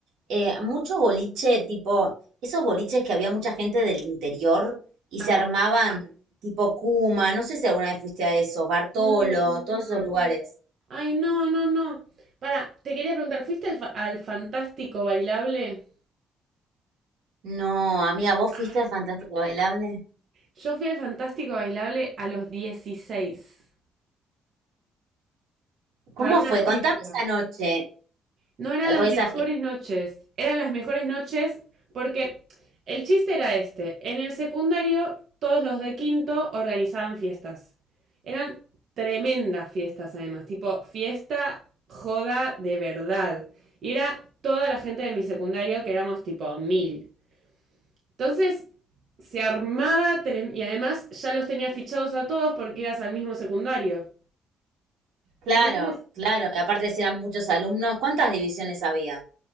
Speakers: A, on the right (about 80°); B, on the right (about 60°).
A: Eh, mucho boliche, tipo, esos boliches que había mucha gente del interior y
B: Ay,
A: se armaban
B: sí.
A: tipo Kuma, no sé si alguna vez fuiste a esos, Bartolo,
B: No.
A: todos esos lugares.
B: Ay, no, no, no. Para, te quería preguntar, ¿fuiste al, fa- al Fantástico Bailable?
A: No, amiga, ¿vos
B: Ay.
A: fuiste al Fantástico Bailable?
B: Yo fui al Fantástico Bailable a los 16
A: ¿Cómo
B: para una
A: fue?
B: fiesta.
A: Contame esa noche
B: No eran las
A: o esa
B: mejores
A: fiesta.
B: noches, eran las mejores noches porque el chiste era este. En el secundario, todos los de quinto organizaban fiestas. Eran tremendas fiestas además, tipo fiesta joda de verdad. Y era toda la gente de mi secundario, que éramos tipo mil. Entonces se armaba y además ya los tenía fichados a todos porque ibas al mismo secundario.
A: Claro,
B: Entonces,
A: claro. y Aparte si eran muchos alumnos, ¿cuántas divisiones había?